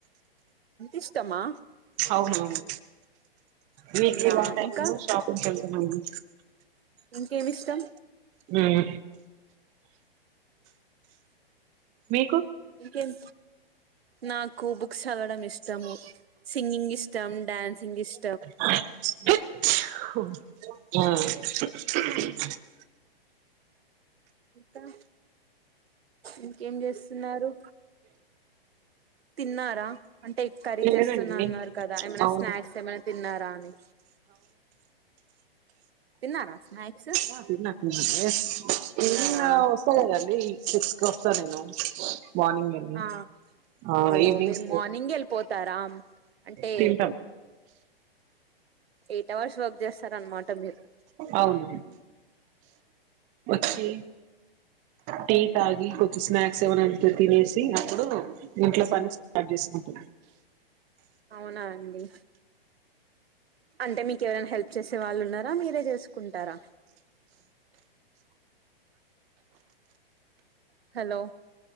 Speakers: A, on the right; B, on the right.
A: ఇష్టమా
B: అవునువును వీక్లీ
A: నా
B: వన్ టైమ్
A: ఇంకా
B: షాపింగ్ కి వెళ్తామండి
A: ఇంకేమి ఇష్టం
B: మ్మ్ మీకు
A: ఇంకేం నాకు బుక్స్ చదవడం ఇష్టము సింగింగ్ ఇష్ ఇష్టం డ్యాన్సింగ్ ఇష్
B: హచ్ తూచ్ హూ యా <unintelligible>
A: ఇంకా ఇంకేం చేస్తున్నారు తిన్నారా అంటే కర్రీ
B: లేదండి
A: చేస్తున్నా అన్నారు కదా ఏమన్నా
B: అవును
A: స్నాక్స్ ఏమన్నా తిన్నారా అని తిన్నారా స్నాక్స్
B: ఆ తిన్న తిన్న
A: తిన్నారా
B: ఈవినింగ్ వస్తలేదండి సిక్స్ కి వస్తా నేను మార్నింగ్ వెళ్ళి
A: ఆ
B: ఆ
A: ఓ
B: ఈవినింగ్స్
A: మీరు మార్నింగ్ వెళ్ళిపో తరాం అంటే
B: తింటాం
A: ఎయిట్ అవర్స్ వర్క్ చేస్తారనమాట మీరు
B: అవును వచ్చి టీ తాగి కొంచెం స్నాక్స్ ఏమనా తినేసి అప్పుడు ఇంట్లో పని స్టార్ట్ చేసుకుంటాం
A: అవునా అండి అంటే మీకు ఎవరైనా హెల్ప్ చేసే వాళ్ళు ఉన్నారా మీరే చేసుకు కుంటారా హలో